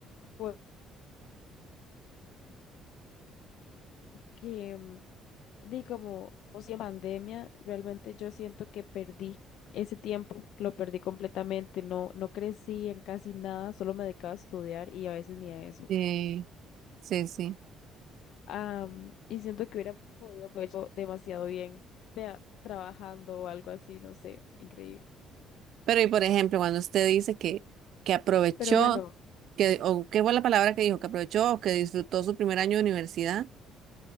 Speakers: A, on the left (about 75°); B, on the right (about 65°).
A: Fue que, mm, di como, o sea, pandemia, realmente yo siento que perdí ese tiempo, lo perdí completamente, no, no crecí en casi nada, solo me dedicaba a estudiar y a veces ni a eso.
B: Sí, sí, sí.
A: Am, y siento que hubiera podido haber hecho demasiado bien, vea, trabajando o algo así, no sé, increíble.
B: Pero y por ejemplo, cuando usted dice que, que aprovechó,
A: Pero bueno,
B: que, o qué fue la palabra que dijo, que aprovechó o que disfrutó su primer año de universidad.